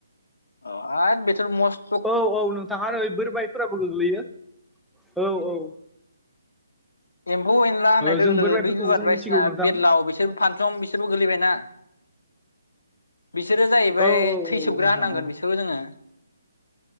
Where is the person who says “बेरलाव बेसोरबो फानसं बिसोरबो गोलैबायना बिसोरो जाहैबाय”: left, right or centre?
Left